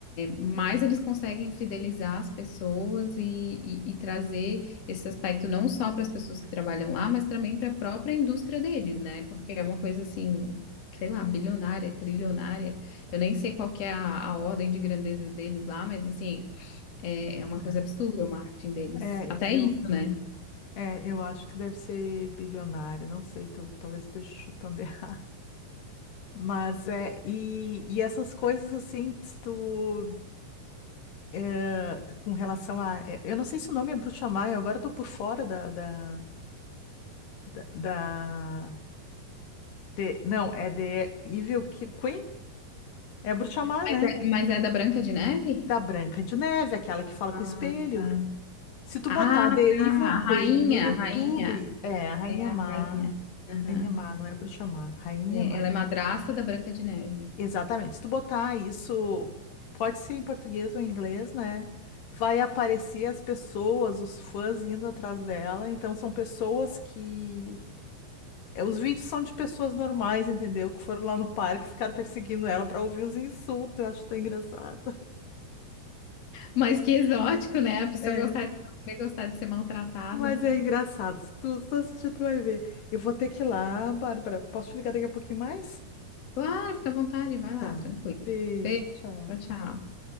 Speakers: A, on the left; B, on the left.
A: mais eles conseguem fidelizar as pessoas e, e- e trazer esse aspecto não só para as pessoas que trabalham lá, mas também para a própria indústria deles, né? Porque é uma coisa assim, sei lá, bilionária, trilionária. Eu nem sei qual que é a, a ordem de grandeza deles lá, mas assim, é, é uma
B: Aham.
A: coisa absurda o marketing deles.
B: É,
A: Até
B: eu,
A: isso, né?
B: é, eu acho que deve ser bilionária, não sei, tal- talvez esteja chutando <laughs> errado. Mas é, e, e essas coisas assim, se tu, é, com relação a. é, Eu não sei se o nome é bruxamar, eu agora tô por fora da, da, Da, da- de, não, é The Evil Ki- Queen? É a bruxa má,
A: Mas
B: né?
A: é, mas é da Branca de Neve?
B: Da Branca de Neve, aquela que fala com
A: Ah,
B: o espelho.
A: tá.
B: Se tu
A: Ah,
B: botar The Evil
A: tá.
B: Queen
A: A rainha,
B: no YouTube,
A: a rainha.
B: é a Rainha
A: É a
B: Má.
A: rainha. Aham.
B: Rainha Má, não é bruxa má, Rainha
A: É,
B: Má.
A: ela é madrasta da Branca de Neve.
B: Exatamente. Se tu botar isso, pode ser em português ou em inglês, né? Vai aparecer as pessoas, os fãs indo atrás dela. Então, são pessoas que É, os vídeos são de pessoas normais, entendeu? Que foram lá no parque e ficaram perseguindo ela pra ouvir os insultos. Eu acho tão engraçado.
A: Mas que exótico, né? A pessoa
B: É.
A: gostar de, também gostar de ser maltratada.
B: Mas é engraçado. Se tu, se tu assistir, tu vai ver. Eu vou ter que ir lá, Bárbara. Posso te ligar daqui a pouquinho mais?
A: Claro, fica à vontade, vai lá,
B: Tá.
A: tranquilo.
B: Beijo,
A: Beijo,
B: tchau.
A: tchau, tchau.